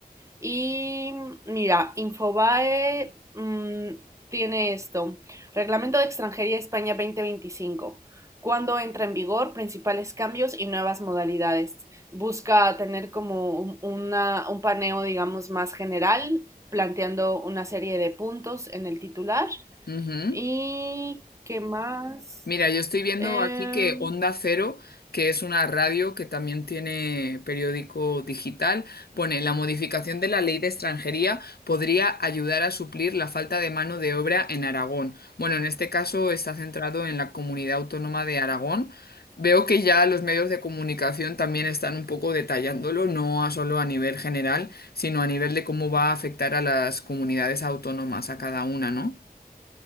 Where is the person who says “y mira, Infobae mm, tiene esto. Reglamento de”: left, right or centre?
Right